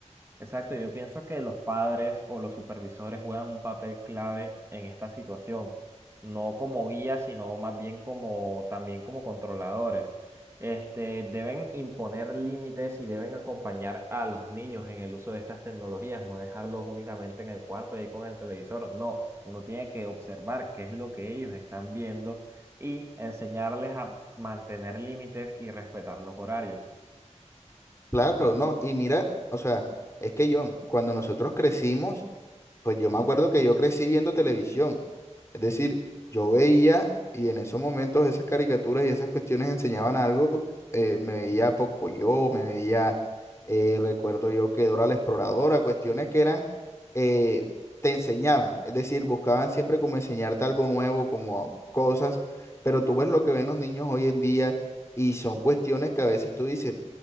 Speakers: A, on the right (about 20°); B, on the left (about 20°).
A: Exacto, yo pienso que los padres o los supervisores juegan un papel clave en esta situación, no como guías, sino más bien como también como controladores. Este, deben imponer límites y deben acompañar a los niños en el uso de estas tecnologías, no dejarlos únicamente en el cuarto ahí con el televisor. No, uno tiene que observar qué es lo que ellos están viendo y enseñarles a mantener límites y respetar los horarios.
B: Claro, no, y mira, o sea, es que John, cuando nosotros crecimos, pues yo me acuerdo que yo crecí viendo televisión. Es decir, yo veía y en esos momentos esas caricaturas y esas cuestiones enseñaban algo. eh, me veía yo me veía, eh, recuerdo yo que Dora la Exploradora, cuestiones que eran, eh, te enseñaban. Es decir, buscaban siempre como enseñarte algo nuevo, como cosas, pero tú ves lo que ven los niños hoy en día y son cuestiones que a veces tú dices,